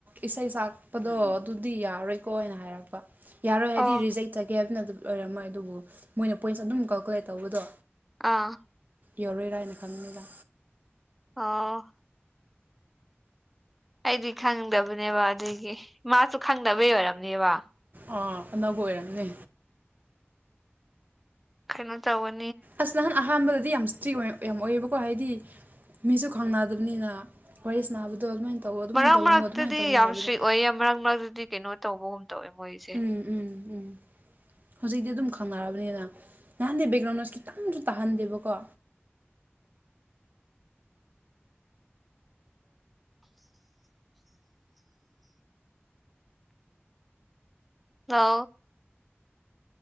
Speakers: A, on the right (about 45°); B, in the centre.
A: ꯏꯁꯩ ꯁꯛꯄꯗꯣ ꯑꯗꯨꯗꯤ ꯌꯥꯔꯣꯏꯀꯣ ꯑꯣꯏꯅ ꯍꯥꯏꯔꯛꯄ ꯌꯥꯔꯣꯏ ꯍꯥꯏꯗꯤ
B: ꯑꯣ
A: ꯔꯤꯖꯦꯛ ꯆꯒꯦ ꯍꯥꯏꯕꯅ ꯑꯗꯨꯝ ꯑꯣꯏꯔꯝꯃꯣꯏ ꯑꯗꯨꯕꯨ ꯃꯣꯏꯅ ꯄꯣꯏꯟꯁ ꯑꯗꯨꯝ ꯀꯥꯜꯀꯨꯂꯦꯠ ꯇꯧꯕꯗꯣ
B: ꯑꯥ
A: ꯌꯧꯔꯣꯏꯔꯥ ꯍꯥꯏꯅ ꯈꯪꯅꯤꯗ
B: ꯑꯣ ꯑꯩꯗꯤ ꯈꯪꯗꯕꯅꯦꯕ ꯑꯗꯨꯗꯒꯤ ꯃꯥꯁꯨ ꯈꯪꯗꯕꯩ ꯑꯣꯏꯝꯅꯦꯕ
A: ꯑꯥ ꯑꯅꯧꯕ ꯑꯣꯏꯔꯝꯅꯦ
B: ꯀꯩꯅꯣ ꯇꯧꯕꯅꯤ
A: ꯑꯁ ꯑꯍ <inaudible> ꯐ꯭ꯔꯤ ꯌꯥꯝ ꯑꯣꯏꯌꯦꯕꯀꯣ ꯍꯥꯏꯗꯤ ꯃꯤꯁꯨ ꯈꯪꯅꯗꯕꯅꯤꯅ ꯋꯥꯔꯤ ꯁꯥ ꯅꯥꯕꯗꯣ ꯑꯗꯨꯃꯥꯏꯅ ꯇꯧ ꯑꯗꯨꯃꯥꯏꯅ
B: ꯃꯔꯛ
A: ꯇꯧꯅꯨ
B: ꯃꯔꯛꯇꯗꯤ
A: ꯑꯗꯨꯃꯥꯏꯅ ꯇꯧꯅꯤ
B: ꯌꯥꯝ
A: ꯍꯥꯏꯕꯗꯣ
B: ꯏꯁꯇ꯭ꯔꯤꯛ ꯑꯣꯏꯌꯦ ꯃꯔꯛ ꯃꯔꯛꯇꯗꯤ ꯀꯩꯅꯣ ꯇꯧꯕꯒꯨꯝ ꯇꯧꯋꯦ ꯃꯣꯏꯁꯦ
A: ꯎꯝ ꯎꯝ
B: <unintelligible>
A: ꯎꯝ
B: <inaudible>
A: ꯍꯧꯖꯤꯛꯇꯤ ꯑꯗꯨꯝ ꯈꯪꯅꯔꯕꯅꯤꯅ ꯅꯍꯥꯟꯗ ꯕꯦꯛꯒ꯭ꯔꯥꯎꯟꯗꯁ ꯈꯤꯇꯪꯁꯨ ꯇꯥꯍꯟꯗꯦꯕꯀꯣ
B: <unintelligible> ꯍ